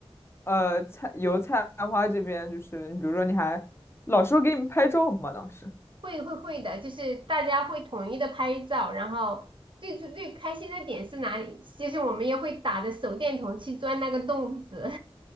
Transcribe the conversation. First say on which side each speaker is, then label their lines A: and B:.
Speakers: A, on the left; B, on the right.
A: 呃菜油菜花这边，就是你比如说你还老师会给你们拍照吗？当时，
B: 会会会的，就是大家会统一的拍照，然后最最最开心的点是哪里？就是我们也会打着手电筒去钻那个洞子